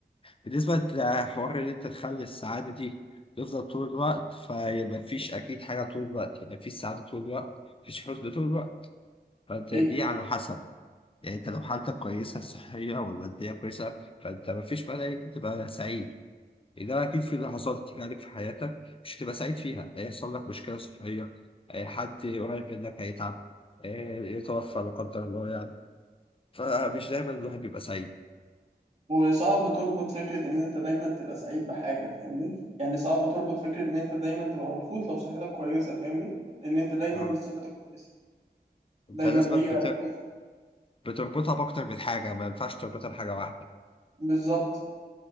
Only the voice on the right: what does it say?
اكيد
وصعب تربط فكره ان انت دايما تبقى سعيد بحاجه فاهمني يعني صعب تربط فكره ان انت دايما تبقى مبسوط لو صحتك كويسه فاهمني لان انت دايما
مش صحتك كويسه
دايما
هي
عليك
بالظبط